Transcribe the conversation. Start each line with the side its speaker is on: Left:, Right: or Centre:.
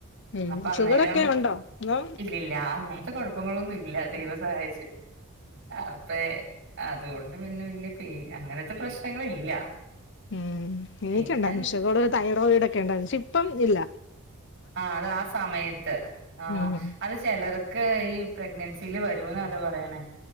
Left: ഉം
Right: അപ്പൊ അന്നേരം
Left: ഷുഗറൊക്കെ ഉണ്ടോ അതോ
Right: ഇല്ലില്ല അങ്ങനത്തെ കൊഴ പ്പങ്ങളൊന്നും ഇല്ല ദൈവം സഹായിച്ചു അപ്പേ അതുകൊണ്ട് പിന്നെ വല്യ പേ അങ്ങനത്തെ പ്രശ്നങ്ങളില്ല
Left: ഉം എനിക്ക്
Right: പിന്നെ
Left: ഉണ്ടായിരുന്നു ഷുഗർ തൈറോയിഡ് ഒക്കെ ഇണ്ടായിരുന്നു പക്ഷെ ഇപ്പം ഇല്ല
Right: ആ അത് ആ സമയത്ത് ആഹ്
Left: ഉം
Right: അത് ചിലർക്ക് ഈ പ്രഗ്നൻസിൽ വ <unintelligible> പറയണേ